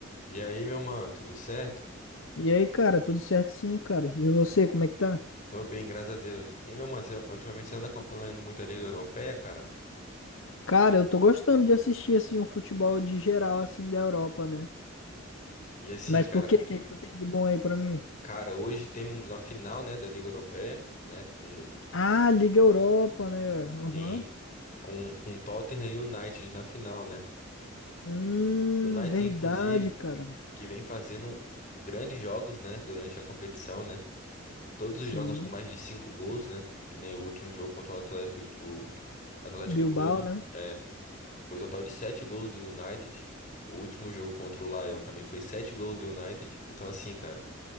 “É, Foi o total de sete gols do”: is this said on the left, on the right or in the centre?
Left